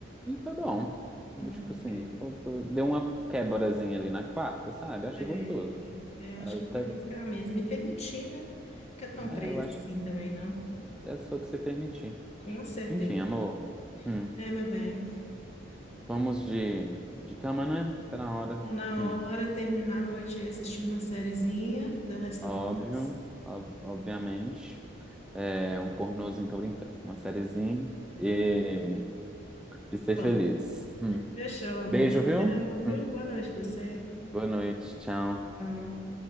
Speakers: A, in the centre; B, on the left.
A: e foi bom.
B: Hum,
A: Eu, Tipo
B: ok.
A: assim, foi- foi- deu uma quebrazinha ali na quarta, sabe? Eu achei
B: É,
A: gostoso.
B: é, eu
A: Até,
B: acho que eu vou arriscar mesmo. Me permitir, né? Ficar tão
A: é,
B: presa
A: é, eu acho
B: assim também, não?
A: É, é sobre se permitir.
B: Com certeza.
A: Enfim, amor. Hum.
B: É, meu bem.
A: Vamos de, de cama, né? Tá na hora.
B: Tá na
A: Hum.
B: hora, terminar a noite aí assistindo uma sériezinha. The Last
A: Óbvio,
B: of Us.
A: ob- obviamente. É um pornozinho, tô brincando. Uma sériezinha. E, e ser
B: Bom,
A: feliz. Hum.
B: fechou, amor.
A: Beijo,
B: Prazerão,
A: viu?
B: viu?
A: Hum.
B: Boa noite pra você.
A: Boa noite. Tchau.
B: Tchau.